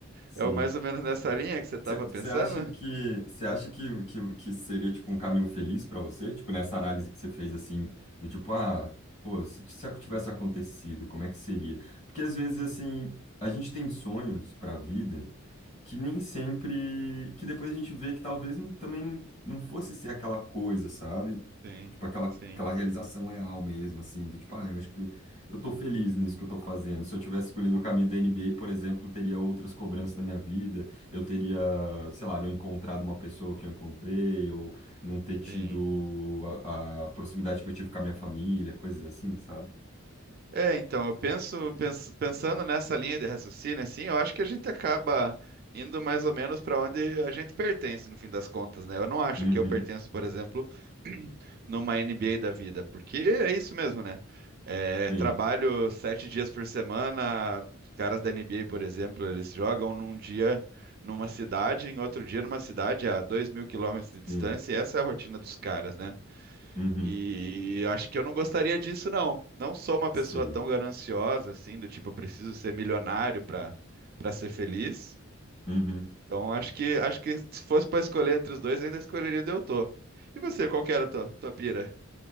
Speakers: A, on the left; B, on the right.
A: sim.
B: É o mais ou menos nessa linha que você tava
A: Você
B: pensando?
A: acha que você acha que, que, que seria tipo um caminho feliz para você? Tipo, nessa análise que você fez assim, do tipo, ah, pô, se, se ac- tivesse acontecido, como é que seria? Porque às vezes assim, a gente tem sonhos para a vida que nem sempre, que depois a gente vê que talvez não- também não, não fosse ser aquela coisa, sabe?
B: Sim,
A: Tipo, aquela,
B: sim,
A: aquela realização real mesmo, assim, do tipo, ah, eu acho que eu tô feliz nisso que eu tô fazendo. Se eu tivesse escolhido o caminho da NBA, por exemplo, teria outras cobranças na minha vida eu teria, sei lá, não encontrado uma pessoa que eu encontrei, ou não ter tido
B: sim.
A: a, a proximidade que eu tive com a minha família, coisas assim, sabe?
B: É, então, eu penso, penso- pensando nessa linha de raciocínio, assim, eu acho que a gente acaba indo mais ou menos para onde a gente pertence, no fim das contas, né? Eu não acho
A: Uhum,
B: que eu pertenço, por exemplo, <clears throat> numa NBA da vida, porque é isso mesmo, né? É,
A: sim,
B: trabalho sete dias por semana, os caras da NBA, por exemplo, eles jogam num dia numa cidade, em outro dia numa cidade a dois mil quilômetros de distância,
A: sim,
B: e essa é a rotina dos caras, né?
A: uhum,
B: E acho que eu não gostaria disso, não. Não sou uma pessoa
A: sei,
B: tão gananciosa assim, do tipo, eu preciso ser milionário para para ser feliz.
A: uhum.
B: Então, acho que acho que se fosse para escolher entre os dois, eu ainda escolheria onde eu tô. E você, qual que era a tua, tua pira?